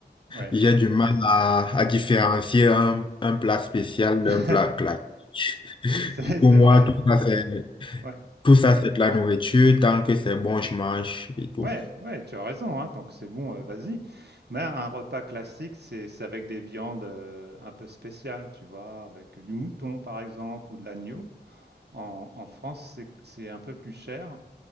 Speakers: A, on the right; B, on the left.
A: ouais,
B: j'ai du mal à, à différencier un, un plat spécial
A: <laughs>
B: d'un plat classique. <laughs>
A: c'est
B: Pour
A: c'est
B: moi,
A: vrai.
B: tout ça, c'est,
A: Ouais,
B: tout ça, c'est de la nourriture. Tant que c'est bon, je mange et tout.
A: ouais, ouais, tu as raison. Hein, tant que c'est bon, euh, vas-y. Mais un repas classique, c'est c'est avec des viandes euh, un peu spéciales, tu vois, avec du mouton par exemple ou de l'agneau. En, en France, c'est c'est un peu plus cher.